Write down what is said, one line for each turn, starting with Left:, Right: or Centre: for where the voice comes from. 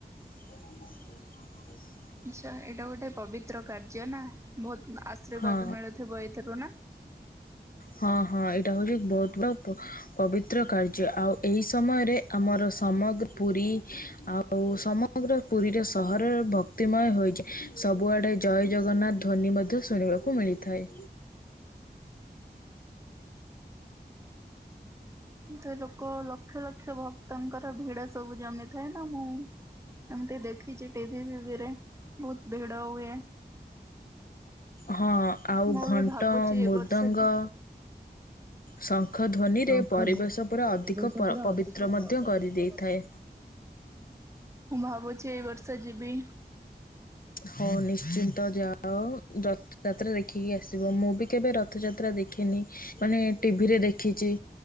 Left: <inaudible> <inaudible>
Right: ଆଛା ଏଇଟା ଗୋଟେ ପବିତ୍ର କାର୍ଯ୍ୟ ନା ବହୁତ ଆଶୀର୍ବାଦ
Left: ହଁ
Right: ମିଳୁଥିବ ଏଇଥିରୁ ନା?
Left: ହଁ ହଁ ଏଇଟା ହଉଛି ବହୁତ ବଡ ପ ପବିତ୍ର କାର୍ଯ୍ୟ ଆଉ ଏହି ସମୟରେ ଆମର ସମ ପୁରୀ ଆଉ ଆଉ ସମଗ୍ର ପୁରୀରେ ସହରର ଭକ୍ତିମୟ ହୋଇଛି ସବୁଆଡ଼େ ଜୟ ଜଗନ୍ନାଥ ଧ୍ୱନି ମଧ୍ୟ ଶୁଣିବାକୁ ମିଳିଥାଏ।
Right: ଏ ତ ଲୋକ ଲକ୍ଷ ଲକ୍ଷ ଭକ୍ତଙ୍କର ଭିଡ ସବୁ ଜମିଥାଏ ନା ମୁଁ ଏମିତି ଦେଖିଛି ଟିଭି ଫିଭିରେ ବହୁତ ଭିଡ ହୁଏ।
Left: ହଁ ଆଉ
Right: ମୁଁ
Left: ଘଣ୍ଟ
Right: ବି ଭାବୁଛି
Left: ମୃଦଙ୍ଗ
Right: ଏ ବର୍ଷ ଯି
Left: ଶଙ୍ଖ ଧ୍ୱନିରେ
Right: ଶଙ୍ଖ
Left: ପରିବେଶ
Right: ଧ୍ଵ
Left: ପୁରା
Right: ପରିବେଶ
Left: ଅଧିକ ପ
Right: ଉପରେ
Left: ପବିତ୍ର
Right: ଅଧିକ ପ
Left: ମଧ୍ୟ
Right: <unintelligible>
Left: କରିଦେଇଥାଏ
Right: ମୁଁ ଭାବୁଛି ଏଇ ବର୍ଷ ଯିବି।
Left: ହଁ ନିଶ୍ଚିନ୍ତ ଯାଅ। ରଥଯାତ୍ରା ଦେଖିକି ଆସିବ ମୁଁ ବି କେବେ ରଥଯାତ୍ରା ଦେଖେନି ମାନେ ଟିଭିରେ ଦେଖିଛି।